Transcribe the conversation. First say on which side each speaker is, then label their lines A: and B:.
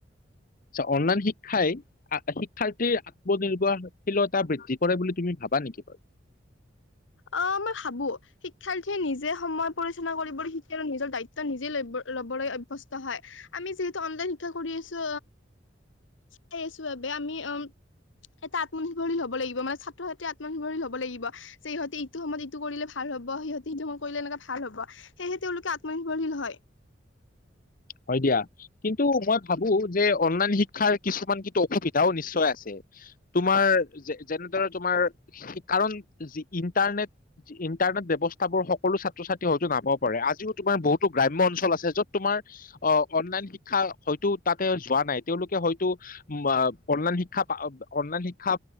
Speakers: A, on the left (about 45°); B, on the left (about 85°).
A: আ, অনলাইন শিক্ষাই। শিক্ষাৰ্থী আত্মনিৰ্ভৰশীল বৃদ্ধি কৰে বুলি তুমি ভাবা নেকি বাৰু।
B: অ', মই ভাবো। শিক্ষাৰ্থীয়ে নিজে সময় পৰিসোণ কৰিবলৈ শিকিল নিজৰ দায়িত্ব নিজেই ল-লবলৈ অৱস্ত হয়। আমি যিহেতু অনলাইন শিক্ষা কৰি আছো, চাই আছো বে আমি উম এটা আপোনাক ল'ব লাগিব মান ছাত্ৰ হেটে আত্মনিৰ্ভৰীল হব লাগিব। সিহঁতে ইটো সময়ত ইটো কৰিলে ভাল হ'ব সিহঁতে, ইটো সময় কৰিলে এনেকা ভাল হ'ব। সেয়েহে তেওঁলোকে আত্মনিৰ্ৰশীল হয়।
A: হয় দিয়া। কিন্তু, মই ভাবো যে অনলাইন শিক্ষাৰ কিছুমান কিন্তু অসুবিধাও নিশ্চয় আছে। তোমাৰ যেনেদৰে তোমাৰ কাৰণ যি ইন্টাৰনেট ইণ্টাৰনেট ব্যৱস্থাবোৰ সকলো ছাত্ৰ, ছাত্ৰীয়ে হয়তো নাপাব পাৰে আজিও তোমাৰ বহুতো গ্ৰাম্য অঞ্চল আছে য'ত তোমাৰ অ', অনলাইন শিক্ষা হয়তো তাতে যোৱা নাই, তেওঁলোকে হয়টো বাঅনলাইন শিক্ষা, অনলাইন শিক্ষা।